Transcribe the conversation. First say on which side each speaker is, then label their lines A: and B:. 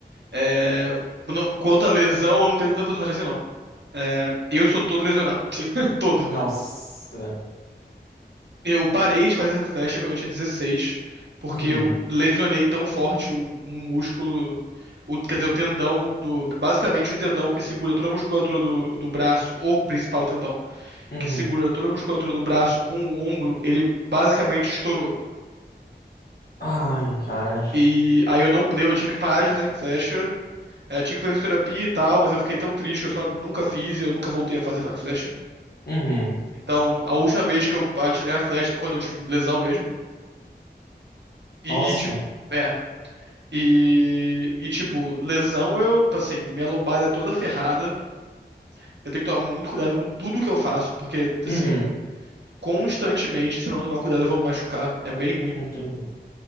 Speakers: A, on the right (about 75°); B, on the left (about 60°).
A: é... no- quanto à lesão, eu não tenho tanta sorte assim, não. É, Eu sou todo lesionado. <laughs> Todo.
B: Nossa.
A: Eu parei de fazer arco e flecha quando eu tinha 16, porque
B: Uhum.
A: eu lesionei tão forte o, um músculo, o- quer dizer, o tendão do, basicamente o tendão que segura toda a musculatura do, do braço, o principal tendão,
B: Uhum.
A: que segura toda a musculatura do braço com o ombro, ele basicamente estourou.
B: Ai, cara.
A: E aí eu não, eu tive que parar de fazer arco e flecha. É, tinha que fazer terapia e tal, mas eu fiquei tão triste que eu só nunca fiz e eu nunca voltei a fazer arco e flecha.
B: Uhum.
A: Então, a última vez que eu atirei a flecha foi quando eu tive lesão mesmo. E,
B: Nossa.
A: tipo, é. E, e, tipo, lesão eu, assim, minha lombar é toda ferrada. Eu tenho que tomar muito cuidado com tudo que eu faço, porque, assim,
B: Uhum.
A: constantemente, se eu não tomar cuidado, eu vou me machucar. É bem ruim.
B: Entendi.